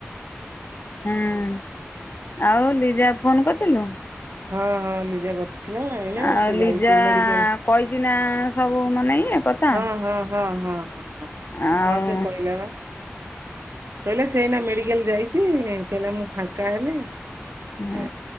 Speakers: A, on the left (about 50°); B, on the right (about 80°).
A: ହୁଁ ଆଉ ଲିଜା ଫୋନ କରିଥିଲୁ?
B: ହଁ ହଁ ଲିଜା କରିଥିଲା। ଏଇନା
A: ଆଉ
B: ସେ
A: ଲିଜା
B: ଯାଇଛି ମେଡିକାଲ
A: କହିଛି ନା ସବୁ ମାନେ ଇଏ କଥା
B: ହଁ ହଁ ହଁ ହଁ ହଁ ହଁ
A: ଆଉ
B: ହଁ ସେ କହିଲା ପା। କହିଲା ସେଇନା ମେଡିକାଲ ଯାଇଛି କହିଲା ମୁଁ ଫାଙ୍କା ହେଲେ
A: ହଁ।
B: ଏ